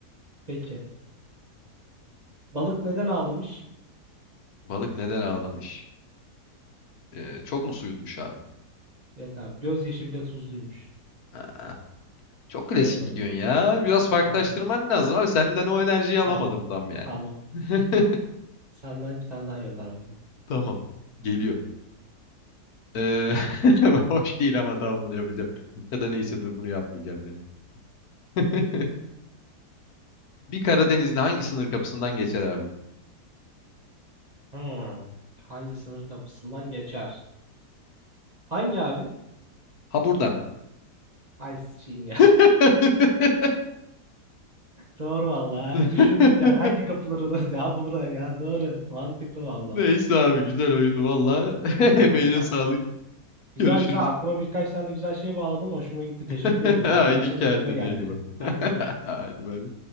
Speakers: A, on the right; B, on the left.
A: peki. Balık neden ağlamış?
B: Balık neden ağlamış? Ee, çok mu su yutmuş abi?
A: Yok abi. Gözyaşı bile tuzluymuş.
B: Aa, çok klasik
A: Anladım.
B: gidiyorsun ya. Biraz farklılaştırman
A: Tamam.
B: lazım abi. Senden o enerjiyi alamadım
A: Tamam.
B: tam yani.
A: Tamam.
B: <laughs>
A: Senden bir tane daha gönder bakalım.
B: Tamam. Geliyor. Ee, <laughs> hoş değil ama tamam bunu yapacağım. Ya da neyse dur bunu yapmayacağım ya. <laughs> Bir Karadenizli hangi sınır kapısından geçer abi?
A: Hmm. Hangi sınır kapısından geçer? Hangi abi?
B: Ha buradan.
A: Ay sıçayım ya.
B: <laughs>
A: Doğru valla.
B: <laughs>
A: Düşündüm yani hangi kapılar olur <laughs> ya burada ya doğru. Mantıklı valla.
B: Neyse abi güzel oyundu valla. <laughs>
A: Hmm,
B: Emeğine
A: <laughs> Ya,
B: sağlık.
A: güzel
B: Görüşürüz.
A: güzel aklıma birkaç tane de güzel şey bağladın. Hoşuma gitti. Teşekkür
B: <laughs>
A: ediyorum.
B: Haydi
A: Valla neşem
B: kendine
A: yerine geldi.
B: iyi bak. <laughs>
A: Hadi görüşürüz.
B: Haydi bay bay.